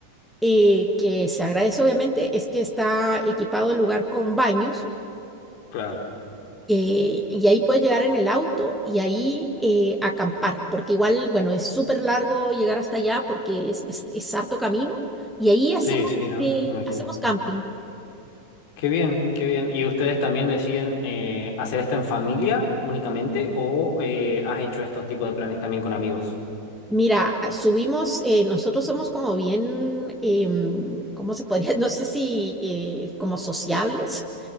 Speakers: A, in the centre; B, on the left (about 45°).
A: eh, que se agradece obviamente, es que está equipado el lugar con baños
B: Claro.
A: eh, y ahí puedes llegar en el auto y ahí eh, acampar, porque igual, bueno, es súper largo llegar hasta allá porque es, es, es harto camino. Y ahí hacemos,
B: Sí, sí, ¿no?
A: eh,
B: Me imagino.
A: hacemos camping.
B: Qué bien, qué bien. ¿Y ustedes también deciden eh, hacer esto en familia únicamente o eh, has hecho estos tipos de planes también con amigos?
A: Mira, a- subimos, eh, nosotros somos como bien, em, ¿cómo se podría? <laughs> No sé si eh, como sociables